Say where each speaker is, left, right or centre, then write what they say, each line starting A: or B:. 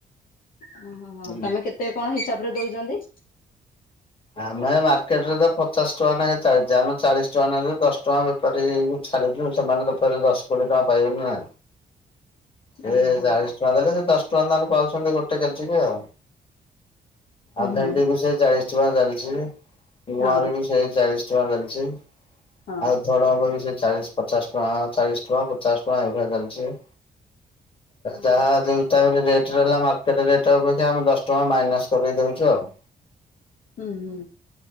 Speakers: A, on the left; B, on the left.
A: ଓ ହଁ
B: ନାହିଁ।
A: ହିଁ ତମେ କେତେ କଣ ହିସାବରେ ଦଉଚନ୍ତି?
B: ଆମେ ମାର୍କେଟରେ ତ ପଚାଶ ଟଙ୍କା ଲାଖେ ଚାଲିଛିଆମେ ଚାଳିଶ ଟଙ୍କା ନେଲୁ ଦଶ ଟଙ୍କା। ପରେ ଏ ଯୋଉ ଛାଡିଛୁ ସେମାନେ ତ ଫରେ ଦଶ କୋଡିଏ ଟଙ୍କା ପାଇବେନି ନା।
A: <inaudible>
B: ସେ
A: ହୁଁ
B: ଚାଳିଶ ଟଙ୍କା ଦେଲେ ସେ ଦଶ ଟଙ୍କା ଲାଖେ ପାଉଛନ୍ତି ଗୋଟେ କେଜି ରେ ଆଉ। ଆଉ ଭେଣ୍ଡି
A: ହୁଁ
B: ବି ସେଇ ଚାଳିଶ ଟଙ୍କା ଚାଲିଛି ଗୁଆଁର
A: ହଁ
B: ବି ସେଇ ଚାଳିଶ ୁଆ ଚାଲିଛି
A: ହଁ।
B: ଆଉ। ଝୁଡ଼ଙ୍ଗ ବି ସେ ଚାଳିଶ ପଚାଶ ଟଙ୍କା ଚାଳିଶ ଟଙ୍କା ପଚାଶ ଟଙ୍କା ଏଭଳିଆ ଚାଲିଛି।
A: ହୁଁ
B: ଯାହା
A: ହୁଁ
B: ଯୋଉ। ତାପରେ ରେଟ ରହିଲା ମାର୍କେଟ ରେଟ୍ ଅପେକ୍ଷା ଆମେ ଦଶ ଟଙ୍କା ମାଇନସପକେଇଦଉଛୁ ଆଉ।
A: ହୁଁ ହୁଁ।